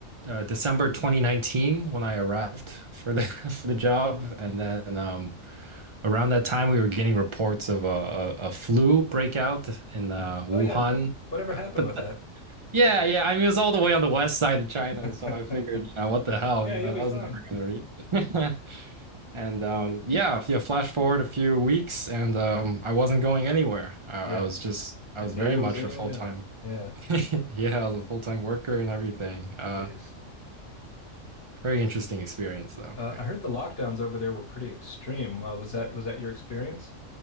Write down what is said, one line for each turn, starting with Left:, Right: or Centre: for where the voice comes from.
Right: uh, December 2019 when I arrived for the <laughs> for the job, and then um, around that time we were getting reports of a, a, a flu breakout in uh, Wuhan.
Left: Oh yeah. Whatever
Right: But,
Left: happened with
Right: the-
Left: that?
Right: yeah, yeah, I mean it was all the way on the west side of China,
Left: <laughs>
Right: so I figured, you know, what the hell,
Left: Yeah,
Right: you
Left: you'll
Right: know,
Left: be
Right: that
Left: fine.
Right: was never gonna reach. <laughs> And um, yeah, yeah, flash forward a few weeks, and um, I wasn't going anywhere. I, I
Left: Yeah.
Right: was just, I
Left: And
Right: was
Left: neither
Right: very much
Left: was anyone
Right: a full
Left: else.
Right: time,
Left: Yeah.
Right: <laughs> yeah, I was a full time worker and everything. Uh,
Left: Jeez.
Right: very interesting experience, though.
Left: Uh, I heard the lockdowns over there were pretty extreme. Uh, was that was that your experience?